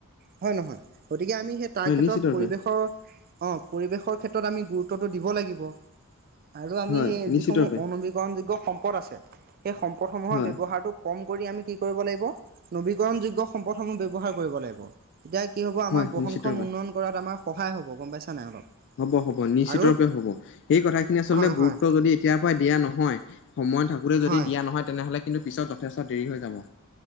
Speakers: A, on the right; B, on the left.
A: হয় নহয়? গতিকে, আমি, সেই তাৰ
B: হয়
A: ক্ষেত্ৰত,
B: নিশ্চিত ৰূপে
A: পৰিৱেশৰ অঁ পৰিৱেশৰ ক্ষেত্ৰত আমি গুৰুত্বটো দিব লাগিব আৰু আমি
B: হয়
A: সেই
B: নিশ্চিত
A: যিসমূহ
B: ৰূপে
A: অণু যোগ্য সম্পত আছে সেই সম্পতসমূহ
B: হয়
A: ব্যৱহাৰটো কম কৰি আমি কি কৰিব লাগিব নবীকৰণ যোগ্য সম্পদসমূহ আমি ব্যৱহাৰ কৰিব লাগিব। তেতিয়া কি হব আমাৰ
B: হয়
A: বহন
B: নিশ্চিত
A: খম
B: ৰূপে
A: উন্নয়ন কৰাত আমাৰ সহায় হ'ব গম পাইছা নাই অলপ?
B: হব হব নিশ্চিত
A: আৰু
B: ৰূপে হব সেই কথাখিনি আচলতে
A: হয়
B: গুৰুত্ব
A: হয়
B: যদি এতিয়াৰ পৰা দিয়া নহয় সময় থাকোঁতে যদি
A: হয়
B: দিয়া নহয় তেনেহ'লে কিন্তু পিছত যথেষ্ট দেৰি হৈ যাব।